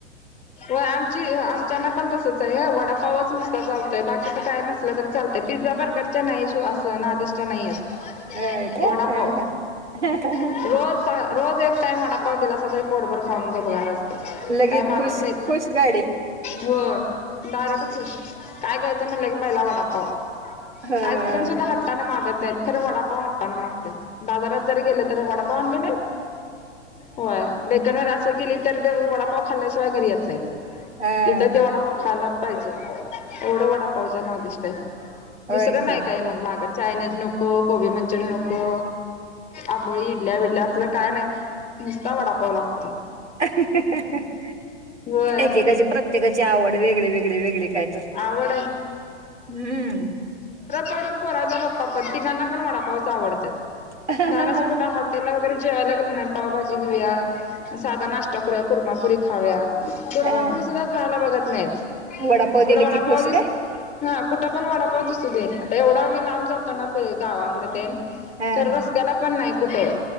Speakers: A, on the left; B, on the right.
A: व्हय आमची ह आमच्यानापण तसचं. वडापावच नुसता चालतोय. बाकीचं काय नसलं तरी चालतय. पिझ्झा बर्गरच्या नाही अस नादिष्ट नाहीयेत.
B: होय का?
A: वडापाव
B: हं ह
A: रोज
B: <inaudible>
A: रोज एक टाइम वडापाव दिलासा तर पोटभर खाऊन गपगार अस- -
B: लगेच
A: काय मागत
B: खुश
A: नाहीत.
B: खुश गाडी
A: हो डायरेक्ट खुश काय घ्यायचं म्हणलं की पहिला वडापाव.
B: हा.
A: आईस्क्रीम सुद्धा हंटान मागत नाही. खरं वडापाव हाट्टान मागत्यात. बाजारात जरी गेल तरी वडापाव आणली नाहीस. होय डेकनवर अस गेली तर वडापाव खाल्ल्याशिवाय घरी येत नाहीत.
B: हा.
A: तिथं ते वडापाव खायलाच पाहिजे. एवढं वडापावच्या नादिष्ट हाईत. दुसरं
B: होय
A: नाही
B: की
A: काय मग मागत चायनीज नको कोबी मंचुरियन नको आबोळी, इडल्या बीडल्या असल काय नाही नुसता वडापाव लागतो.
B: <unintelligible>
A: होय
B: एकेकाची प्रत्येकाची आवड वेगळे वेगळे वेगळे काय तर
A: <inaudible> पोर
B: हम्म
A: पण पोराचा पप्पा पण तिघा पण वडापावच आवडतात
B: हा,
A: बाहेर असं कुठे हॉटेलला वगैरे जेवायला गेलो ना पावभाजी घेऊया साधा नाश्ता करूया कुरमापुरी खाऊया कुरमापुरी
B: हा.
A: सुद्धा खायला बघत नाहीत.
B: वडापाव
A: थोडा
B: दिला
A: वडापाव
B: की खुश
A: दिस
B: काय
A: हा कुठं पण वडापाव दिसू दे आता एवढा मी लांब जातो ना गावाकडे तेन
B: हा.
A: तर रस्त्याला पण नाही कुठं